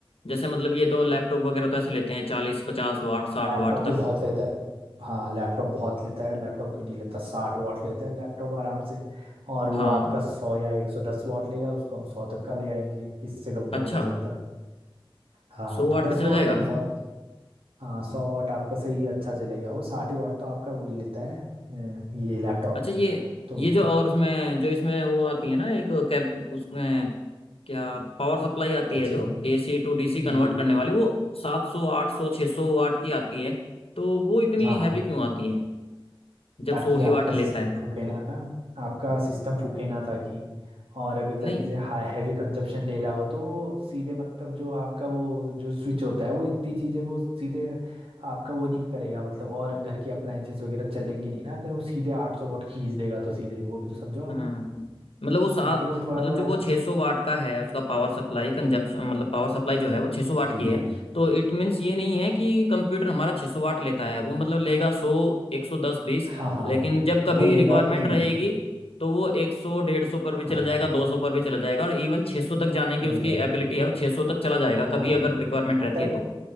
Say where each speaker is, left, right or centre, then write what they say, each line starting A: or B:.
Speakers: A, on the left; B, on the right.
A: जैसे मतलब ये तो लैपटॉप वगैरह तो ऐसे लेते हैं चालीस पचास वाट साठ
B: लैपटॉप
A: वाट
B: भी
A: तक
B: काम बहुत हाँ लेता है हाँ लैपटॉप बहुत लेता है लैपटॉप क्यों नहीं लेता साठ वॉट लेता है लैपटॉप आराम से और वो
A: हाँ
B: आपका सौ या एक सौ दस वॉट लेगा उसको हम सौ तक का ले आएंगे इससे कम तो
A: अच्छा
B: नहीं हो सकता हाँ
A: सौ वाट
B: तो दस
A: पे चल
B: वॉट
A: जाएगा
B: तो बहुत हाँ सौ वॉट आपका सही अच्छा चलेगा वो साठ वॉट तो आपका वही लेता है अ, ये लैपटॉप
A: अच्छा ये
B: तो
A: ये जो और उसमें जो इसमें वो आती है ना एक कैब उसमें क्या पावर सप्लाई आती
B: क्या
A: है
B: चीज़
A: जो
B: है
A: एसी टू डीसी कन्वर्ट
B: जी जी
A: करने वाली वो सात सौ आठ सौ छः सौ वाट की आती है तो वो इतनी
B: हाँ हाँ
A: हैवी क्यों आती है जब
B: ताकि
A: सौ ही वाट
B: आपका
A: लेता
B: सिस्टम
A: है
B: फूके ना ना आपका सिस्टम फूके ना ताकि और अगर जाके
A: नहीं
B: से हाई हैवी कंजप्शन ले रहा हो तो वो सीधे मतलब जो आपका वो जो स्विच होता है वो इतनी चीज़ें वो सीधे आपका वो नहीं करेगा मतलब और घर के अप्लाइंसेस वगैरह चलेंगी नहीं ना अगर वो सीधे 800 वॉट खींच देगा तो सीधे वो भी तो समझो आप
A: हम्म, मतलब वो सात
B: तो फिर वो थोड़ा
A: मतलब
B: थोड़ा
A: जो वो 600 सौ वाट का है उसका पावर सप्लाई कंजप्शन मतलब पावर सप्लाई जो है वो 600 वाट
B: जी
A: की है
B: जी
A: तो इट मीन्स ये नहीं है कि कंप्यूटर हमारा 600 वाट लेता है वो मतलब लेगा 100 110 20
B: हाँ हाँ
A: लेकिन जब कभी
B: वो लेगा
A: रिक्वायरमेंट
B: उतनी
A: रहेगी तो वो 100 150 पर
B: हाँ
A: भी चला जाएगा 200 पर भी चला जाएगा और इवन 600 तक जाने की
B: सही
A: उसकी
B: कह
A: एबिलिटी
B: रहे हो
A: है वो 600 तक चला जाएगा
B: हाँ
A: कभी अगर रिक्वायरमेंट
B: मतलब
A: रहती है तो